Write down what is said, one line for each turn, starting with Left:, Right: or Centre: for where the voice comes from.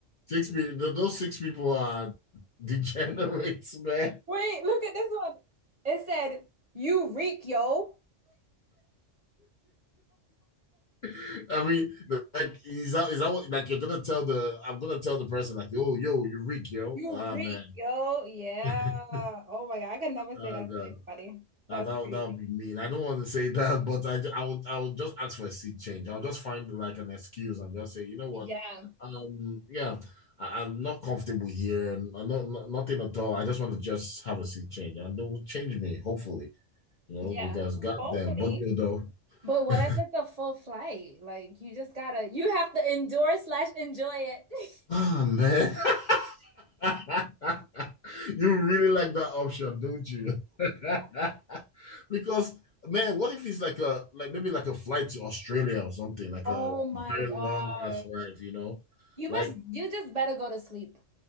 Left: Six people those six people are <laughs> degenerates, man.
Right: Wait, look at this one. It said, You reek, yo.
Left: <laughs> I mean, like is that is that what like you're gonna tell the I'm gonna tell the person like yo yo you're weak yo
Right: You
Left: ah
Right: reek,
Left: man
Right: yo. Yeah.
Left: <laughs>
Right: Oh my God. I could never say
Left: oh
Right: that
Left: god
Right: to anybody. That's
Left: Ah, that
Right: crazy.
Left: that would be mean I don't want to say <laughs> that but I I would I would just ask for a seat change I'll just find like an excuse and just say you know what
Right: Yeah.
Left: um yeah I, I'm not comfortable here and i not, nothing at all I just want to just have a seat change and they'll change me hopefully you know
Right: Yeah.
Left: because goddamn
Right: Hopefully.
Left: but you know
Right: But what
Left: <laughs>
Right: if it's a full flight? Like you just gotta, you have to endure slash enjoy it. <laughs>
Left: ah man <laughs> <laughs> You really like that option, don't you? <laughs> Because man, what if it's like a like maybe like a flight to Australia or something, like
Right: Oh
Left: a
Right: my
Left: very
Right: God.
Left: long ass flight, you know?
Right: You
Left: Like
Right: must, you just better go to sleep.